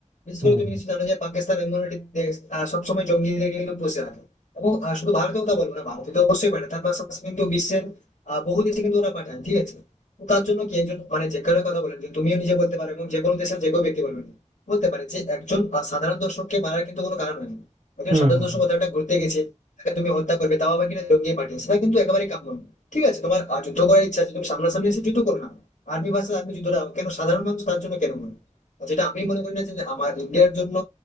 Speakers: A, on the left; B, on the right.
A: বিশেষ
B: হুম
A: করে তুমি নিশ্চয়ই জানো যে পাকিস্তান এমন একটি দেশ আহ, সবসময় জঙ্গিদের কিন্তু পুষে রাখে এবং আহ, শুধু ভারতের কথা বলবো না ভারতে তো অবশ্যই পাঠায় তার পাশাপাশি কিন্তু বিশ্বের আহ, বহু দেশে কিন্তু ওরা পাঠায় ঠিক আছে তো তার জন্য কি একজন মানে যে কারো কথা বলেন যে তুমিও নিজে বলতে পারো এবং যে কোনো দেশের যে কেউ ব্যক্তি বলবেন বলতে পারে যে একজন আহ, সাধারণ দর্শককে মারার কিন্তু কোনো কারণ হয়নি একজন
B: হুম
A: সাধারণ
B: হুম
A: দর্শক
B: হুম।
A: কোথাও একটা ঘুরতে গেছে তাকে তুমি হত্যা করবে তাও আবার কিনা জঙ্গি পাঠিয়ে সেটা কিন্তু একেবারেই কাম্য নয়। ঠিক আছে তোমার আহ, যুদ্ধ করার ইচ্ছা আছে তুমি সামনাসামনি এসে যুদ্ধ করো না আর্মি ভার্সেস আর্মি যুদ্ধটা কেন সাধারণ মানুষ তার জন্য কেন মনে আর যেটা আমি মনে করি না যে আমার ইন্ডিয়ার জন্য